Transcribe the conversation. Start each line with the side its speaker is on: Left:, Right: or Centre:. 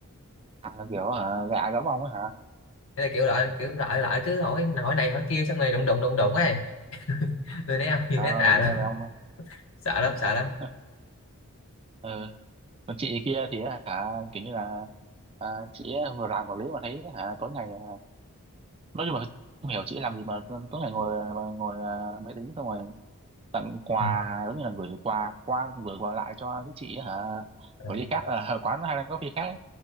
Right: à, kiểu hả gạ gẫm ông ấy hả
Left: Thế là kiểu loại kiểu loại loại cứ hỏi hỏi này hỏi kia xong rồi đụng đụng đụng đụng ấy tôi né ông <laughs> như
Right: Trời
Left: né
Right: ơi
Left: tà
Right: nghe
Left: lắm
Right: về ông luôn
Left: sợ lắm sợ lắm
Right: <laughs> ờ còn chị kia thì hả kiểu như là à, chị ấy vừa làm quản lý mà thấy hả tối ngày à, nói chung là không hiểu chị ấy làm gì mà t- tối ngày
Left: Ờ,
Right: ngồi mà ngồi à, máy tính xong rồi tặng quà
Left: ừ,
Right: giống như là gửi quà qua gửi quà lại cho cái chị ấy hả
Left: ờ,
Right: của ly khác ở <laughs> quán Highland Coffee khác ấy.